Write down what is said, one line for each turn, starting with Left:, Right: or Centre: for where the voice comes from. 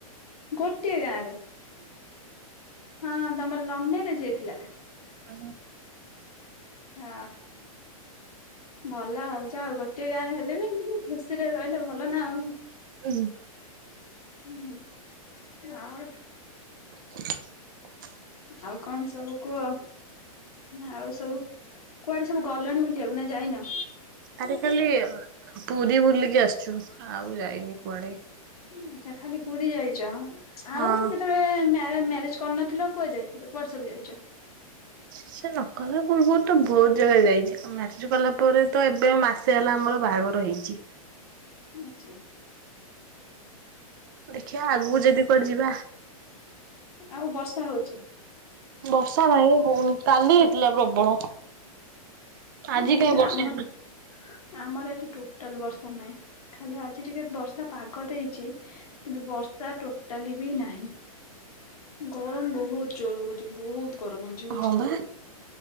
Left: ଗୋଟିଏ ଗାଁରେ ହଁ ତମର ଲଭ୍ ମାରେଜ ହେଇଥିଲା
Right: ହ <inaudible>
Left: ହଁ। ଭଲ ଆଉ ଯାଅ ଗୋଟଏ ଗାଁରେ ହେଲେ ବି ଏମିତି ଖୁସିରେ ରହିଲେ ଭଲ ନା ଆଉ
Right: ହୁଁ।
Left: ହୁଁ ଆଉ
Right: <inaudible>
Left: ଆଉ କଣ ସବୁ କୁହ ଆଉ ସବୁ କୁଆଡେ ସବୁ ଗଲଣି ବୁଲିବାକୁ ନା ଯାଇନ
Right: ଆରେ ଖାଲି ପୁରୀ ବୁଲିକି ଆସିଛୁ ଆଉ ଯାଇନି କୁଆଡେ
Left: ଆଛା ଖାଲି ପୁରୀ ଯାଇଛ
Right: ହଁ
Left: ଆଉ କେତେବେଳେ ମ୍ୟାରେଜ କରିନଥିଲ କୁଆ ଯାଇଥିଲ କୁଆଡେ ସବୁ ଯାଇଛ?
Right: ସେ ନ କଲେ <unintelligible> ଗୁଲବୁତ ତ ବହୁତ ଜାଗା ଯାଇଛିଉ ମାଷ୍ଟି୍ର କଲା ପରେ ତ ଏବେ ମାସେ ହେଲା ଆମର ବାହାଘର ହେଇଛି
Left: ଆଛା।
Right: ଦେଖିବା ଆଗକୁ ଯଦି କୁଆଡେ ଯିବା
Left: ଆଉ ବର୍ଷା ହଉଛି
Right: ବର୍ଷା ନାହିଁ ହଉନି କାଲି ହେଇଥିଲା ପ୍ରବଳ ଆଜି
Left: ଆଚ୍ଛା
Right: କାହିଁ ବର୍ଷା
Left: ଆମର
Right: ହେଇନି
Left: ଆମର ଆ ଟୋଟାଲ ବର୍ଷା ନାହିଁ ଖାଲି ଆଜି ଟିକେ ବର୍ଷା ପାଗ ଦେଇଛି କିନ୍ତୁ ବର୍ଷା ଟୋଟାଲି ବି ନାହିଁ ଗରମ ବହୁତ ଜୋର ହଉଛି ବହୁତ ଗରମ ଆଜି ହଉଛି
Right: ହଁ ବା